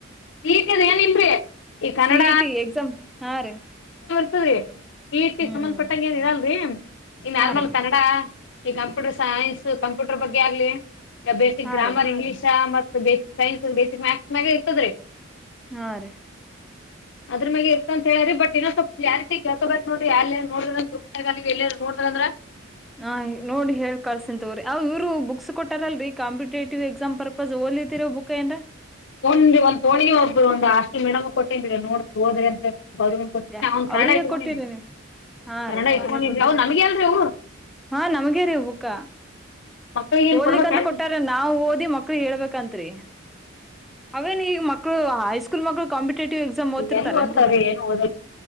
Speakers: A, on the left; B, in the centre.
A: ಭೀತಿ ಅದು ಏನಿಲ್ರೀ ಈ ಕನ್ನಡ
B: ಸಿ ಇ ಟಿ ಹಾ ರೀ
A: ಸ ಟಿ ಇ ಟಿ
B: ಹ್ಮ್
A: ಸಂಬಂಧಪಟ್ಟಂಗ ಏನ್ ಇರಲ್ರಿ ಈ
B: ಹಾ
A: ನಾರ್ಮಲ್
B: ರೀ
A: ಕನ್ನಡ ಈ ಕಂಪ್ಯೂಟರ್ ಸೈನ್ಸ್ ಕಂಪ್ಯೂಟರ್ ಬಗ್ಗೆ ಆಗ್ಲಿ ಬೇಸಿಕ್
B: ಹಾ
A: ಗ್ರಾಮರ್
B: ರೀ
A: ಇಂಗ್ಲೀಷ ಮತ್ ಕ್ ಸೈನ್ಸ್ ಬೇಸಿಕ್ ಮ್ಯಾಥ್ಸ್ ಮ್ಯಾಗ ಇರ್ತದ ರೀ
B: ಹಾ ರೀ.
A: ಅದ್ರ ಮ್ಯಾಗ ಇರ್ತಂತ ಹೇಳ್ಯಾರೀ ಬಟ್ ಇನ್ನ ಸ್ವಲ್ ಕ್ಲಾರಿಟಿ ಕೇಳ್ಕೋಬೇಕ್ ನೋಡ್ರಿ ಅಲ್ಲೆ ನೋಡೀದ್ರ ಗ್ರೂಪ್ನ್ಯಾಗ ನೋಡ್ರಿ ಅಂದ್ರ
B: ಹಾ ನೋಡಿ ಹೇಳಿ ಕಳ್ಸ್ತನಿ ತುಗೋರಿ ಅವ್ ಇವ್ರು ಬುಕ್ಸ್ ಕೊಟ್ಟಾರಲ್ರೀ ಕಾಂಪಿಟೇಟಿವ್ ಎಕ್ಸಾಮ್ ಪರ್ಪಸ್ ಕಲಿತಿರೋ ಬುಕ್ಕ ಏಂಡ
A: ಒಂದ ಒಂದ್ ಪೋಣಿ ಒಬ್ರು ಒಂದು ಹಾಸ್ಟೆಲ್ ಮೇಡಮ್ ಗ ಕೊಟ್ಟೇನ್ರೀ ನೋಡ್ ಓದ್ರೆ ಅಂತೇಳಿ ಅವರಿಗೂ ಕೊಟ್ಟ್ನಿ
B: ಯ
A: ಅವ್ನ
B: ಅವ್ರಿಗೆ
A: ಕನ್ನಡ ಇಟ್ಕೊಂಡೀನಿ.
B: ಕೊಟ್ಟಿರಿ ನೀವ್ ಹಾ
A: ಕನ್ನಡ
B: ರೀ ಅವ್ರಿಗೆ
A: ಇಟ್ಗೊಂಡಿನ್ರೀ
B: ಕೊಟ್ಟಿರಿ
A: ಅವ್ ನಮಗೆ ಅಲ್ರೀ ಅವು.
B: ಹಾ ನಮಗೇ ರೀ ಅವ್ ಬುಕ್ಕ.
A: ಮಕ್ಳಿಗೆ ಏನ್
B: ಓದಲಿಕ್ಕಂತ
A: ಕೊಡ್ಬೇಕೇನ್
B: ಕೊಟ್ಟಾರಿ ನಾವ್ ಓದಿ ಮಕ್ಳೀಗ ಹೇಳ್ಬೇಕಂತರಿ. ಅವೇನು ಈಗ ಮಕ್ಳು ಹೈಸ್ಕೂಲ್ ಮಕ್ಳು ಕಾಂಪಿಟೇಟಿವ್ ಎಕ್ಸಾಮ್
A: ಎಲ್ಲಿ
B: ತಾರೇನ್ರೀ
A: ಓದ್ತಾವ್ರಿ ಏನು ಓದಲ್